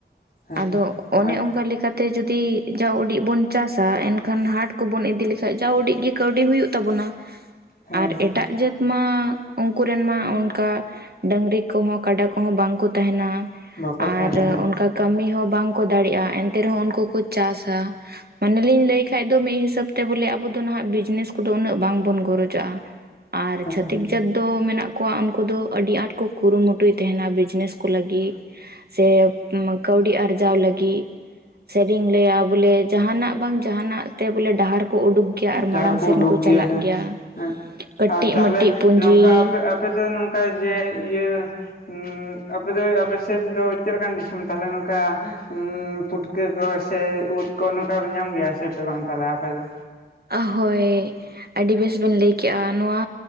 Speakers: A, on the left (about 55°); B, on the right (about 60°).
A: ᱦᱮᱸ
B: ᱟᱫᱚ ᱚᱱᱮ
A: ᱟᱡ
B: ᱚᱱᱠᱟ ᱞᱮᱠᱟᱛᱮ ᱡᱩᱫᱤ ᱫᱤ ᱡᱟᱣ ᱩᱰᱤᱡ ᱵᱚᱱ ᱪᱟᱥᱟ ᱮᱱᱠᱷᱟᱱ ᱦᱟᱴ ᱠᱚᱵᱚᱱ ᱤᱫᱤ ᱞᱮᱠᱷᱟᱡ ᱡᱟᱣ ᱩᱰᱤᱡ ᱜᱮ ᱠᱟᱹᱣᱰᱤ ᱦᱩᱭᱩᱜ ᱛᱟᱵᱚᱱᱟ᱾
A: ᱦᱮᱸ
B: ᱟᱨ ᱮᱴᱟᱜ ᱡᱟᱹᱛ ᱢᱟ ᱩᱱᱠᱩ ᱨᱮᱱ ᱢᱟ ᱚᱱᱠᱟ ᱰᱟᱝᱨᱤ ᱠᱚᱦᱚᱸ ᱠᱟᱰᱟ ᱠᱚᱦᱚᱸ ᱵᱟᱝ ᱠᱚ ᱛᱟᱦᱮᱱᱟ
A: ᱵᱟᱠᱚ
B: ᱟᱨ
A: ᱛᱟᱦᱮᱱᱟ ᱦᱮᱸ
B: ᱚᱱᱠᱟ ᱠᱟᱹᱢᱤ ᱦᱚᱸ ᱵᱟᱝᱠᱚ ᱫᱟᱲᱮᱜ-ᱟ ᱮᱱᱛᱮ ᱨᱮᱦᱚᱸ ᱩᱱᱠᱩ ᱠᱚ ᱪᱟᱥ ᱥᱟ᱾ ᱢᱟᱱᱮ ᱞᱤᱧ ᱞᱟᱹᱭ ᱠᱷᱟᱡ ᱫᱚ ᱢᱤᱫ ᱦᱤᱥᱟᱹᱵ ᱛᱮ ᱵᱚᱞᱮ ᱟᱵᱚ ᱫᱚ ᱱᱟᱦᱟ ᱵᱤᱡᱽᱱᱮᱥ ᱠᱚᱫᱚ ᱩᱱᱟᱹᱜ ᱵᱟᱝᱵᱚᱱ ᱜᱚᱨᱚᱡᱟᱜᱼᱟ᱾ ᱟᱨ
A: ᱦᱮᱸ
B: ᱪᱷᱟᱹᱛᱤᱠ ᱡᱟᱹᱛ ᱫᱚ ᱢᱮᱱᱟᱜ ᱚᱣᱟᱜ ᱩᱱᱠᱩ ᱫᱚ ᱟᱹᱰᱤ ᱟᱸᱴ ᱠᱚ ᱠᱩᱨᱩᱢᱩᱴᱩᱭ ᱛᱮᱦᱮᱱᱟ ᱵᱤᱡᱽᱱᱤᱥ ᱠᱚ ᱞᱟᱹᱜᱤᱫ᱾ ᱥᱮ ᱠᱟᱹᱣᱰᱤ ᱟᱨᱡᱟᱣ ᱞᱟᱹᱜᱤᱫ᱾ ᱥᱮᱨᱤᱧ ᱞᱟᱹᱭᱟ ᱵᱚᱞᱮ ᱡᱟᱦᱟᱱᱟᱜ ᱵᱟᱝ ᱡᱟᱦᱟᱱᱟᱜ ᱦᱮᱸ ᱵᱚᱞᱮ ᱰᱟᱦᱟᱨ ᱠᱩ ᱩᱰᱩᱠ ᱜᱮᱭᱟ ᱟᱨ
A: ᱡᱟᱦᱟᱸ
B: ᱢᱟᱲᱟᱝ
A: ᱨᱮᱠᱚ
B: ᱥᱮᱱ
A: ᱩᱰᱩᱠ
B: ᱠᱚ
A: ᱜᱮᱭᱟ
B: ᱪᱟᱞᱟᱜ
A: ᱦᱮᱸ
B: ᱜᱮᱭᱟ
A: ᱦᱮᱸ
B: ᱠᱟᱹᱴᱤᱡ
A: ᱟᱨ ᱛᱟᱦᱚᱞᱮ
B: ᱢᱟᱹᱴᱤᱡ ᱯᱩᱸᱡᱤ
A: ᱱᱚᱝᱠᱟᱯᱮ ᱟᱯᱮ ᱟᱯᱮ ᱫᱚ ᱱᱚᱝᱠᱟ ᱡᱮ ᱤᱭᱟᱹ ᱩᱸᱻ ᱟᱯᱮ ᱫᱚ ᱟᱯᱮ ᱥᱮᱫ ᱫᱚ ᱪᱮᱫ ᱞᱮᱠᱟᱱ ᱫᱤᱥᱚᱢ ᱛᱟᱦᱞᱮ ᱱᱚᱝᱠᱟ ᱩᱸᱻ ᱯᱩᱴᱠᱟᱹ ᱠᱚ ᱥᱮ ᱩᱫ ᱠᱚ ᱱᱚᱝᱠᱟᱯᱮ ᱧᱟᱢ ᱜᱮᱭᱟ ᱥᱮᱯᱮ ᱵᱟᱝ ᱛᱟᱞᱟᱜ-ᱟ ᱟᱯᱮ ᱫᱚ?
B: ᱚᱦᱳᱭ ᱟᱹᱰᱤ ᱵᱮᱥ ᱵᱮᱱ ᱞᱟᱹᱭ ᱠᱮᱜ-ᱟ, ᱱᱚᱣᱟ